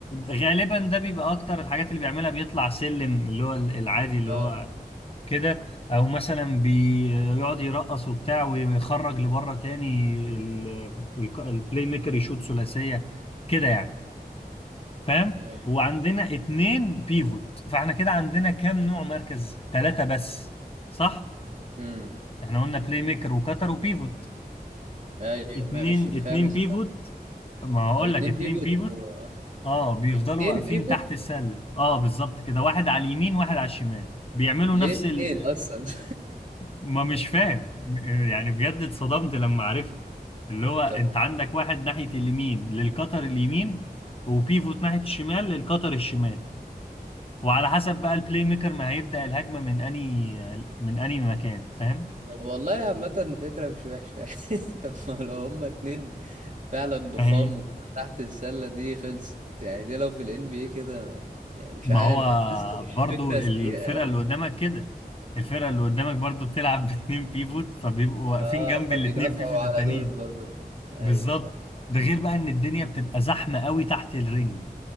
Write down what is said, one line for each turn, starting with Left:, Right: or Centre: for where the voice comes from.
Left: غالبا ده بيبقى اكتر الحاجات اللي بيعملها بيطلع سلم اللي هو العادي اللي
Right: اه
Left: هو كده او مثلا بيقعد يرقص وبتاع ويخرج لبره تاني ال- ال- البلاي ميكر يشوط ثلاثيه كده يعني فاهم
Right: ايوه
Left: وعندنا اتنين بيفوت فاحنا كده عندنا كام نوع مركز ثلاثة بس صح
Right: امم
Left: احنا قلنا بلاي ميكر وكتر وبيفوت
Right: ايوه
Left: اتنين
Right: ماشي الخامس
Left: اتنين بيفوت
Right: بقى
Left: ما هقول
Right: او اتنين
Left: لك اتنين
Right: بيفوت
Left: بيفوت
Right: و... آه.
Left: اه بيفضلوا
Right: اتنين
Left: واقفين
Right: بيفوت
Left: تحت السلة اه بالظبط كده واحد على اليمين واحد على الشمال بيعملوا
Right: ليه
Left: نفس
Right: اتنين
Left: ال...
Right: اصلا <laughs>
Left: ما مش فاهم يعني بجد اتصدمت لما عرفت اللي هو انت
Right: طب
Left: عندك واحد ناحية اليمين للقطر اليمين وبيفوت ناحية الشمال للقطر الشمال وعلى حسب بقى البلاي ميكر ما هيبدأ الهجمة من اني من اني مكان فاهم
Right: طب والله عامة فكرة مش وحشة <laughs> يعني طب ما لو هما اتنين فعلا ضخام
Left: ما هي
Right: وكده تحت السلة دي خلصت يعني دي لو في ال NBA كده يعني مش
Left: ما
Right: عارف
Left: هو
Right: حاسسها مش
Left: برضو
Right: فكرة
Left: الفرقة
Right: سيئة أوي
Left: اللي قدامك كده الفرقة اللي قدامك برضو بتلعب <laughs> باتنين بيفوت فبيبقوا واقفين
Right: اه
Left: جنب
Right: فبيدافعوا
Left: الاتنين بيفوت
Right: على
Left: التانيين
Right: دول برضه ايوه
Left: بالظبط
Right: صح
Left: ده غير بقى ان الدنيا بتبقى زحمة قوي تحت الرنج